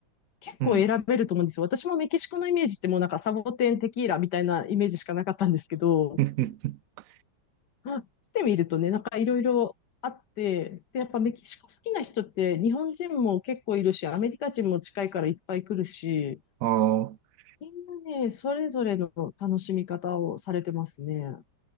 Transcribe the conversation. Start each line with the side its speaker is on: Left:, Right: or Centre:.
Left: 結構選べると思うんですよ。
Right: うん。
Left: 私もメキシコのイメージってもうなんかサボテン、テキーラみたいなイメージしかなかったんですけど、
Right: <laughs>
Left: あしてみるとね、なんかいろいろあって、で、やっぱメキシコ好きな人って日本人も結構いるし、アメリカ人も近いからいっぱい来るし、
Right: ああ。
Left: みんなね、それぞれの楽しみ方をされてますね。